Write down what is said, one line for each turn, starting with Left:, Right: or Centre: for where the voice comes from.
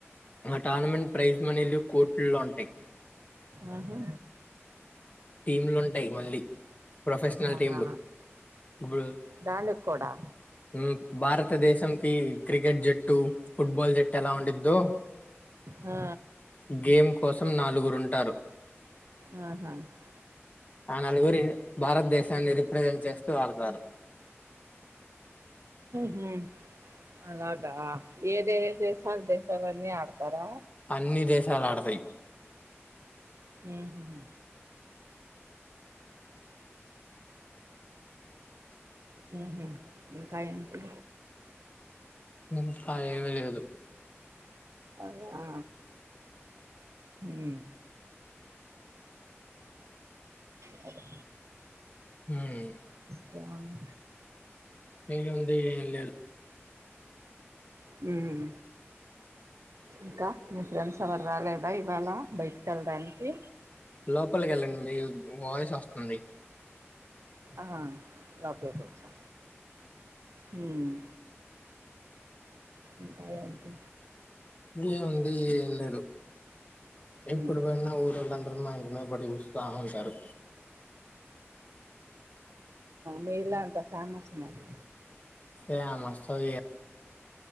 Left: ఆ టోర్నమెంట్ ప్రైజ్ మనీలు కోట్లుల్లో ఉంటయ్
Right: ఆహా
Left: టీమ్లుంటాయ్ మళ్ళీ ప్రొఫెషనల్
Right: అవునా
Left: టీమ్ లు, ఇప్పుడు
Right: దానికి కూడా
Left: మ్ భారతదేశం కి క్రికెట్ జ ట్టు ఫుట్బాల్ జట్ ఎలా ఉండిద్దో
Right: హా
Left: గేమ్ కోసం నాలుగురుంటారు
Right: మ్హూ
Left: ఆ నలుగురి భారతదేశాన్ని రిప్రజెంట్ చేస్తూ ఆళ్తారు.
Right: మ్హూ అలాగా ఏదేదో ఎస్ హల్ దేశాలన్నీ ఆడుతరా
Left: అన్ని దేశాల్ ఆడతాయ్
Right: హ్మ్ హు హ్మ్ హు ఇంకా ఏంటి
Left: ఇంకా లేవలేదు
Right: అయ్యో ఆ హ్మ్ సరే
Left: హేయ్
Right: కేవన్నా
Left: వీలు ఉండి ఏం లేదు
Right: మ్మ్ ఇంకా మీ ఫ్రెండ్స్ ఎవరు రాలేదా ఇవాళ బయటికి వెళ్ళడానికి
Left: లోపలికి వెళ్ళండి మీ వాయిస్ వస్తుంది
Right: ఆ లోపల్ కొచ్చా హ్మ్ ఇంకా ఏంటి
Left: ఏం ఉంది ఏ లేదు ఎప్పుడు
Right: ఉహు.
Left: పోయినా ఊరళ్ళందరూ మా ఇంటి మీద పడిస్తాంట కరు
Right: మేలా అంతా ఫేమస్ మరి
Left: ఏం వస్తాదో ఏమో